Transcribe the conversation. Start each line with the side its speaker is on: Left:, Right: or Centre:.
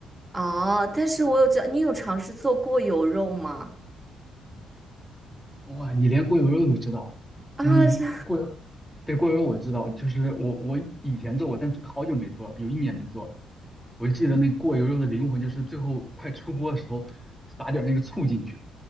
Right: 哦，但是我有知道，你有尝试做过油肉吗？
Centre: 哇，你连过油肉都知道？
Right: 啊，
Centre: 嗯，
Right: 这。
Centre: 过油，对，过油肉我知道，就是我我以前做过，但好久没做了，有一年没做了。我记得那个过油肉的灵魂就是最后快出锅的时候撒点儿那个醋进去，